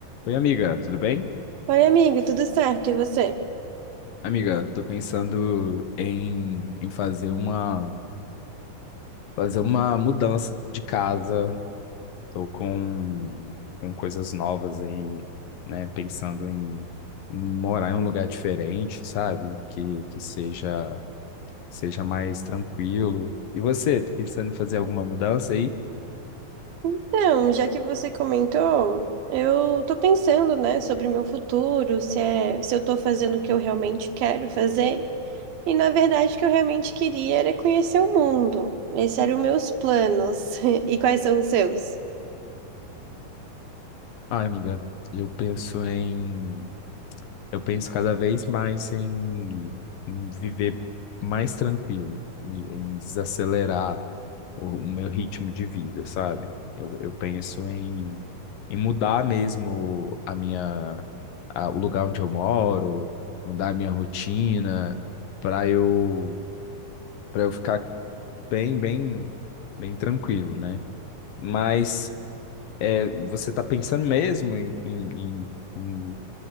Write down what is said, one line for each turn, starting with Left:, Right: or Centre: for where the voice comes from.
Left: Oi, amiga, tudo bem?
Right: Oi, amiga, tudo certo? E você?
Left: Amiga, tô pensando em, em fazer uma fazer uma mudança de casa. Tô com, com coisas novas aí, né? Pensando em morar em um lugar diferente, sabe? Que, que seja seja mais tranquilo. E você, tá pensando em fazer alguma mudança aí?
Right: Então, já que você comentou, eu tô pensando, né, sobre o meu futuro, se é, se eu tô fazendo o que eu realmente quero fazer. E na verdade, o que eu realmente queria era conhecer o mundo. Esses eram meus planos. <laughs> E quais são os seus?
Left: Ah, amiga, eu penso em Eu penso cada vez mais em em viver mais tranquilo, em em desacelerar o o meu ritmo de vida, sabe? Eu, eu penso em, em mudar mesmo a minha, a- o lugar onde eu moro, mudar a minha rotina, para eu, para eu ficar bem, bem, bem tranquilo, né? Mas é, você tá pensando mesmo em, em, em em